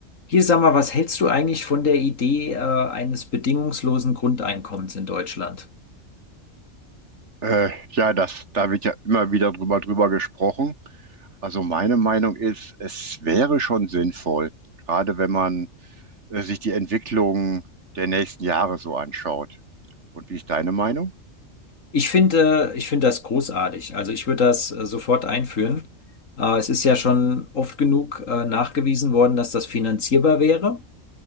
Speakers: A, on the left; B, on the right.
A: Hier, sag mal, was hältst du eigentlich von der Idee, äh, eines bedingungslosen Grundeinkommens in Deutschland?
B: Äh, ja, das, da wird ja immer wieder drüber, drüber gesprochen. Also meine Meinung ist, es wäre schon sinnvoll, gerade wenn man äh, sich die Entwicklung der nächsten Jahre so anschaut. Und wie ist deine Meinung?
A: Ich finde, ich finde das großartig. Also ich würde das, äh, sofort einführen. Äh, es ist ja schon oft genug, äh, nachgewiesen worden, dass das finanzierbar wäre.